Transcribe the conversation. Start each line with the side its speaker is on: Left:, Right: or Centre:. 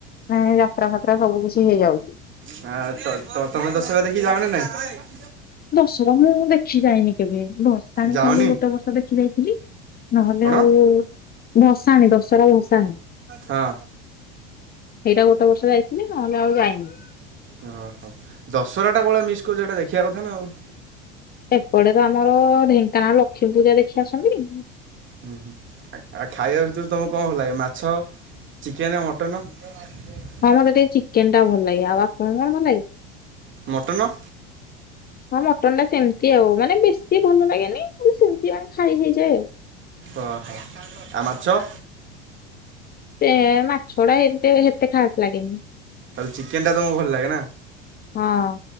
Left: ମାନେ ଯାତ୍ରା ଫାତ୍ରା ସବୁ କିଛି ହେଇଯାଉଛି।
Right: ହଁ ତମେ ଦଶରା ଦେଖି ଯାଅ ନା ନାଇଁ।
Left: ଦଶରା ମୁଁ ଦେଖି ଯାଇନି କେବେ। ଭସାଣି
Right: ଯାଅନି
Left: ଖାଲି ଗୋଟେ ବର୍ଷ ଦେଖି ଯାଇଥିଲି। ନହେଲେ
Right: କଣ
Left: ଆଉ ଭସାଣି ଦଶରା ଭସାଣି।
Right: ହଁ
Left: ସେଇଟା ଗୋଟେ ବର୍ଷ ଯାଇଥିଲି। ନହେଲେ ଆଉ ଯାଇନି।
Right: ହଁ ହଁ ଦଶହରାଟା କଉ ଭଳିଆ ମିସ୍ କରୁଛ ସେଇଟା ଦେଖିବା କଥା ନା ଆଉ।
Left: ଏପଟେ ତ ଆମର ଢେଙ୍କାନାଳ ଲକ୍ଷ୍ମୀ ପୂଜା ଦେଖି ଆସନ୍ତି।
Right: ହୁଁ ହୁଁ ଆଉ ଖାଇବା ଭିତରୁ ତୁମକୁ କଣ ଭଲ ଲାଗେ? ମାଛ ଚିକେନ୍ ମଟନ। <unintelligible>
Left: ହଁ ମୋତେ ଟିକେ ଚିକେନ ଟା ଭଲ ଲାଗେ। ଆଉ ଆପଣଙ୍କ କଣ ଭଲ ଲାଗେ?
Right: ମଟନ।
Left: ହଁ ମଟନ୍ ଟା ସେମିତି ଆଉ ମାନେ ବେଶୀ ଭଲ ଲାଗେନି। ଖଲେ ସେମିତି ମାନେ ଖାଇ ହେଇଯାଏ ଆଉ।
Right: ଓହୋ ଆଉ ମାଛ।
Left: ସେ ମାଛଡା ଏ ସେତେ ଖାସ ଲାଗେନି।
Right: ଚିକେନ ଟା ତମକୁ ଭଲ ଲାଗେ ନା।
Left: ହଁ